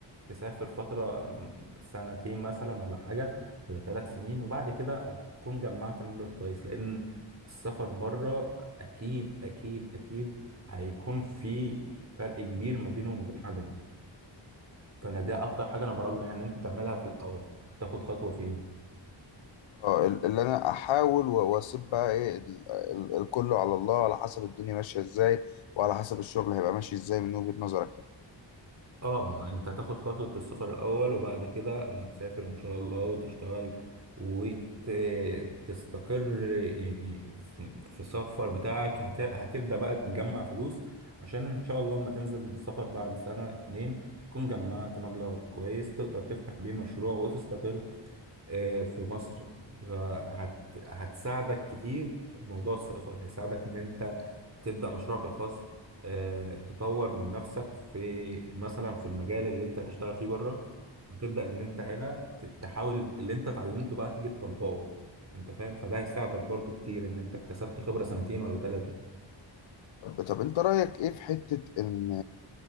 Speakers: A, on the right; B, on the left.
A: تسافر فترة م، سنتين مثلا ولا حاجة ولا ثلاث سنين وبعد كده هتكون جمعت مبلغ كويس لان السفر بره اكيد اكيد اكيد هيكون في فرق كبير ما بينه وما بين قاعدة هنا فانا دي اكتر حاجة انا برجح ان انت تعملها في الاول تاخد خطوة فيها
B: اه ال- اللي انا احاول و- واسيب بقى ايه ال- ال- الكل على الله على حسب الدنيا ماشيه ازاي وعلى حسب الشغل هيبقى ماشي ازاي من وجهة نظرك يعني
A: اه آه، انت هتاخد خطوة السفر الاول وبعد كده اما تسافر ان شاء الله وتشتغل وتستقر يعني في في السفر بتاعك هت- هتبدأ بقى تجمع فلوس عشان ان شاء الله اما تنزل من السفر بعد سنة اتنين تكون جمعت مبلغ كويس تقدر تفتح بيه مشروع وتستقر آه، في مصر هت هتساعدك كتير موضوع السفر هيساعدك ان انت تبدأ مشروعك الخاص آه، تطور من نفسك في مثلا في المجال اللي انت هتشتغل فيه بره فتبدأ ان انت هنا ت- تحاول اللي انت اتعلمته بقى تيجي تطبقه انت فاهم فده هيساعدك برضو كتير ان انت اكتسبت خبرة سنتين ولا ثلاثة
B: طب طب انت رايك ايه في حته ان